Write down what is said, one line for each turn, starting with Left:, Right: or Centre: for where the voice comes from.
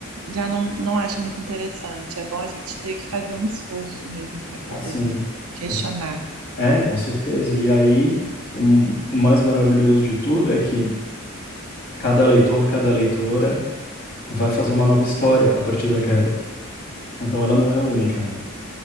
Right: já não, não acho muito interessante. É bom a gente ter que fazer um esforço mesmo para poder
Left: assim.
Right: questionar.
Left: com- É, com certeza. E aí, o m- o mais maravilhoso de tudo é que Cada leitor, cada leitora vai fazer uma nova história a partir daquela. Então ela não é única, né?